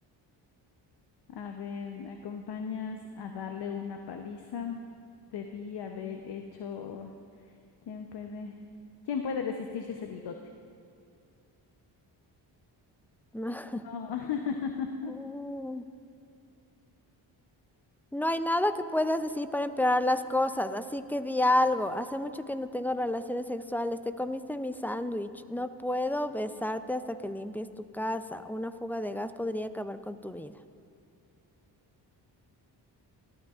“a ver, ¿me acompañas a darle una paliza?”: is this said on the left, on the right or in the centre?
Left